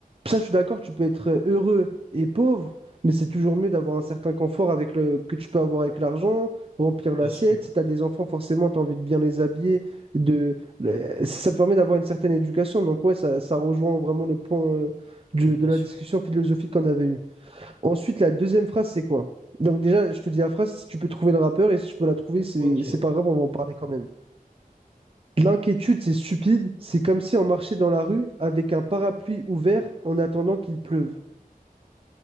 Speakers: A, on the right; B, on the right.
A: ça je suis d'accord, tu peux être euh, heureux et pauvre, mais c'est toujours mieux d'avoir un certain confort avec le que tu peux avoir avec l'argent, remplir l'assiette.
B: bien sûr,
A: Si t'as des enfants, forcément t'as envie de bien les habiller, de euh, ça te permet d'avoir une certaine éducation. Donc ouais, ça, ça rejoint vraiment le point euh, de
B: bien
A: de la
B: sûr.
A: discussion philosophique qu'on avait eue. Ensuite, la deuxième phrase, c'est quoi? Donc déjà, je te dis la phrase, si tu peux trouver le rappeur, et si tu peux la trouver, c'est
B: Ok.
A: c'est pas grave, on va en parler quand même. L'inquiétude, c'est stupide, c'est comme si on marchait dans la rue avec un parapluie ouvert en attendant qu'il pleuve.